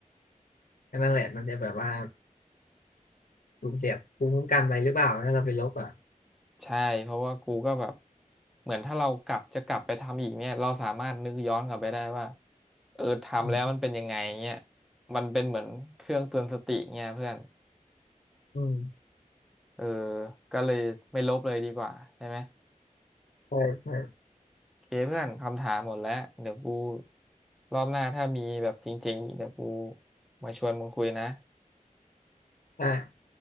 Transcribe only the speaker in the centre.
ใช่เพราะว่ากูก็แบบเหมือนถ้าเรากลับจะกลับไปทำอีกเนี่ยเราสามารถนึกย้อนกลับไปได้ว่าเออทำแล้วมันเป็นยังไงเงี้ย
มันเป็นเหมือนเครื่องเตือนสติเงี้ยเพื่อน
เออก็เลยไม่ลบเลยดีกว่าใช่ไหม
โอเคเพื่อนคำถามหมดแล้วเดี๋ยวกูรอบหน้าถ้ามีแบบจริงๆอีกเดี๋ยวกูมาชวนมึงคุยนะ